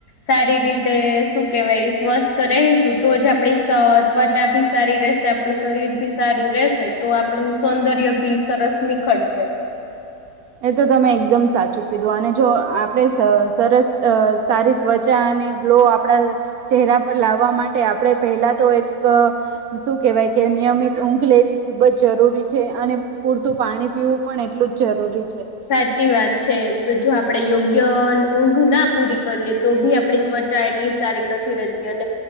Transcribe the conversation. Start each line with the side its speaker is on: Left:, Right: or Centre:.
Left: સારી રીતે શું કેવાય સ્વસ્થ રહીશું તો. આપણી ત્વચા ભી સારી રશે આપણું. શરીર ભી સારું રહેશે તો આપણું સૌંદર્ય ભી સરસ નીખળશે.
Right: એ તો તમે એકદમ સાચું કીધું અને જો આપણે સરસ સારી ત્વચા. ગ્લો આપડા ચહેરા પર લાવવા માટે આપણે પહેલા તો એક શું કેવાય. કે નિયમિત ઊંઘ લેવી ખુબ જ જરૂરી છે અને પૂરતું પાણી પીવું પણ એટલું જ જરૂરી. છે.
Left: સાચી વાત છે જો આપડે યોગ્ય. ઊંઘ ના પૂરી કરીએ તો ભી આપડી ત્વચા એટલી સારી નથી રહેતી અને